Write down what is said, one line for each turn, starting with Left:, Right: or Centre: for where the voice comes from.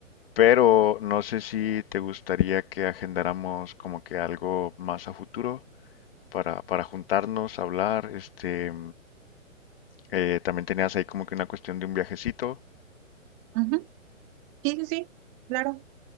Left: pero no sé si te gustaría que agendáramos como que algo más a futuro para, para juntarnos, hablar. Este, eh, también tenías ahí como que una cuestión de un viajecito.
Right: Ujú. Sí, sí, sí, claro.